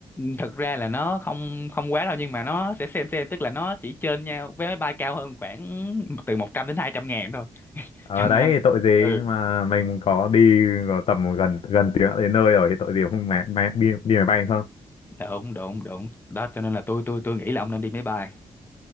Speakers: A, on the left; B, on the left.
A: thật ra là nó không không quá đâu nhưng mà nó sẽ xem xem tức là nó chỉ trên nhau vé máy bay cao hơn khoảng từ 100 đến 200 ngàn thôi <laughs>
B: ở
A: cho nên
B: đấy thì tội gì
A: ừ
B: mà mình có đi vào tầm gần gần tiếng đến nơi rồi thì tội gì mà không máy, máy, đi, đi máy bay không
A: đúng đúng đúng đó cho nên là tôi tôi tôi nghĩ là ông nên đi máy bay